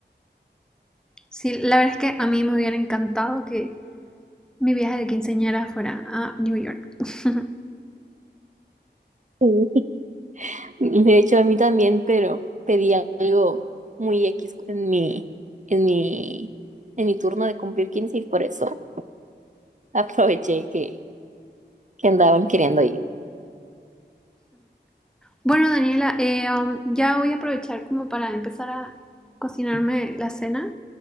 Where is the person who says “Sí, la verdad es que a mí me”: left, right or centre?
Centre